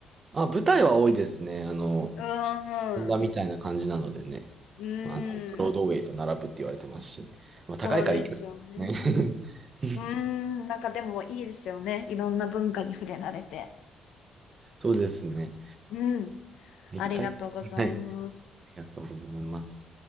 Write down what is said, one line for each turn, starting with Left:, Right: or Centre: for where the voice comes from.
Right: あ、舞台は多いですね。あの、
Left: うー
Right: 本場みたいな感じなのでね、
Left: ん。うー
Right: あの、ブロードウェイと並ぶって言われてますし、
Left: ん。
Right: まあ、高いからいいけどね。
Left: そうですよね。
Right: <laughs>
Left: うーん、なんかでもいいですよね。いろんな文化に触れられて。
Right: そうですね。
Left: うん。
Right: 一回、
Left: ありがとうございます。
Right: はい、ありがとうございます。